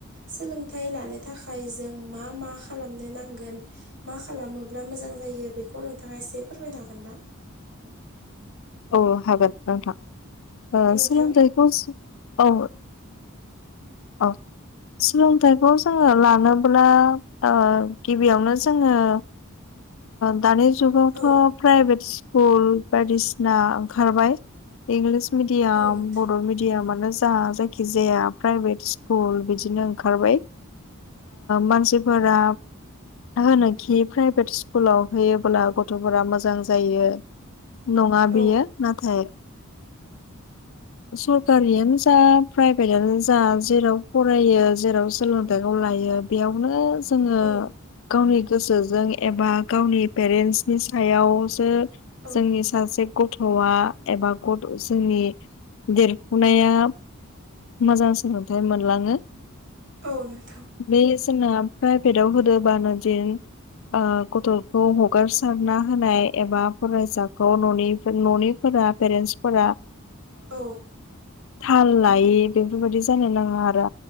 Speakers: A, on the right (about 60°); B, on the left (about 65°).
A: सोलोंथाइ लानो थाखाय जों मा मा खालामनो नांगोन मा खालामोब्ला मोजां जायो बेखौ नोंथाङा एसे फोरमायनो हागोन ना
B: औ हागोन नोंथां
A: नोंथां
B: सोलोंथाइखौ औ औ सोलोंथाइखौ जोङो लानोब्ला गिबियावनो जोङो दानि जुगावथ'
A: औ
B: प्राइभेट स्कुल बायदिसिना ओंखारबाय इंलिस मिडियाम
A: औ नोंथां
B: बर' मिडियामानो जा जा जायखि जाया प्राइभेट स्कुल बिदिनो ओंखारबाय मानसिफोरा होनोखि प्राइभेट स्कुलाव होयोब्ला गथ'फोरा मोजां जायो नङा बियो
A: औ
B: नाथाय सरखारियानो जा प्राइभेटआनो जा जेराव फरायो जेराव सोलोंथाइखौ लायो बेयावनो जोङो
A: औ
B: गावनि गोसोजों एबा गावनि पेरेन्टसनि सायावसो
A: औ
B: जोंनि सासे गथ'आ एबा गथ' जोंनि देरफुनाया
A: औ
B: मोजां सोलोंथाइ मोनलाङो
A: औ नोंथां
B: बे <unintelligible> जोंना प्राइभेटाव होदोबानो जेन गथ' खौ हगारसारना होनाय एबा फरायसाखौ न'नि न'निफोरा पेरेन्टसफोरा
A: औ
B: थाल लायि बेफोरबायदि जानो नाङा आरो